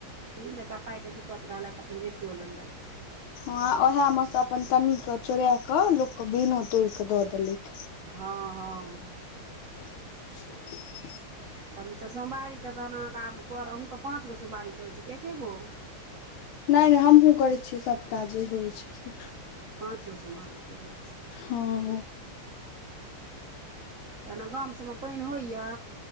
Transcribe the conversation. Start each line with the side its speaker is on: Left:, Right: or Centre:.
Right: ई जेकरा पाइके दिक्कत रहलै तऽ खन बेचो लेलै।
Left: हँ, उएह मे सँ अपन कनके चोरा कऽ लोकके बैन तोड़ कऽ दऽ देलथि।
Right: हँ, हँ।
Left: <inaudible>
Right: चलू तऽ सोमवारी तऽ तहन अहाँकेँ आब कर अहूँकेँ पाँचगो सोमवारी करैत छै एकेगो।
Left: नहि नहि हमहूँ करै छियै, सभटा जे हो होइत छै। से
Right: पाँचो सोमारी पड़ै छै
Left: हँ
Right: तना गाम सभमे पैन होइए